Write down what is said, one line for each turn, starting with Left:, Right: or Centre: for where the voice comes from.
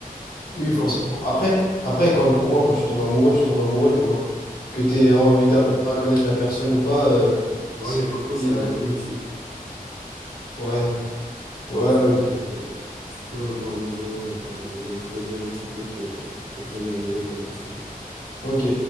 Left: Oui, forcément.
Right: enfin voilà.
Left: Après, après quand, pour moi, quand tu tombes amoureux, tu tombes amoureux, tu vois. Que tu aies envie d'apprendre
Right: Oui.
Left: à connaître la personne ou pas, euh, si.
Right: Ouais, mais parfois
Left: Lien
Right: ça vient
Left: dès le
Right: pas
Left: début.
Right: tout de suite.
Left: Ouais, ouais,
Right: Parfois,
Left: ok.
Right: euh, tu peux avoir besoin, euh, avoir besoin de creuser un petit peu pour, euh, pour tomber amoureux de la personne.
Left: Ok.